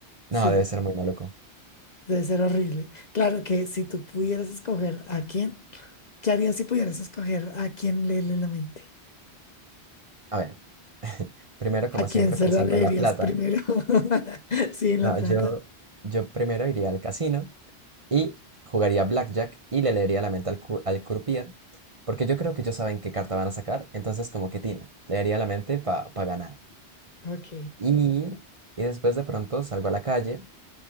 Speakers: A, on the left; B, on the right.
A: Sí.
B: No, debe ser muy maluco.
A: Debe ser horrible. Claro que si tú pudieras escoger a quién, ¿qué harías si pudieras escoger a quién leerle la mente?
B: A ver, primero, como
A: ¿A quién
B: siempre,
A: se
B: pensando
A: la leerías
B: en la plata.
A: primero? <laughs> Sí, en
B: No,
A: La Plata.
B: yo, yo primero iría al casino. y jugaría Blackjack y le leería la mente al, cou- al croupier, porque yo creo que ellos saben qué carta van a sacar, entonces como que tina leería la mente para ganar.
A: Ok.
B: Y, y después de pronto salgo a la calle